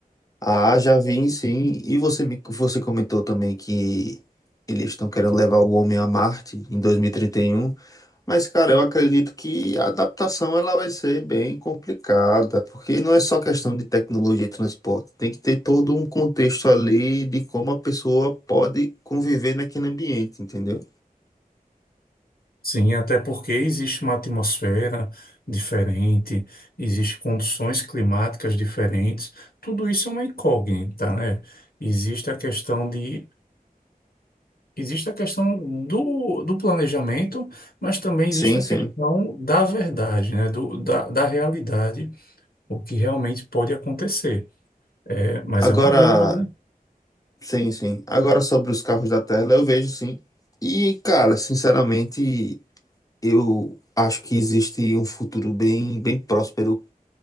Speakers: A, on the left; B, on the left.
A: Ah, já vi, sim. E você me, você comentou também que eles estão querendo levar o homem a Marte em 2031. Mas, cara, eu acredito que a adaptação ela vai ser bem complicada, porque não é só questão de tecnologia e transporte, tem que ter todo um contexto ali de como a pessoa pode conviver naquele ambiente, entendeu?
B: Sim, até porque existe uma atmosfera diferente, existem condições climáticas diferentes, tudo isso é uma incógnita, né? Existe a questão de Existe a questão do, do planejamento, mas também existe
A: Sim,
B: a
A: sim.
B: questão da verdade, né? Do, da, da realidade, o que realmente pode acontecer. É, mas
A: Agora,
B: é uma dúvida.
A: sim, sim. Agora sobre os carros da Tesla, eu vejo sim. E, cara, sinceramente, eu acho que existe um futuro bem, bem próspero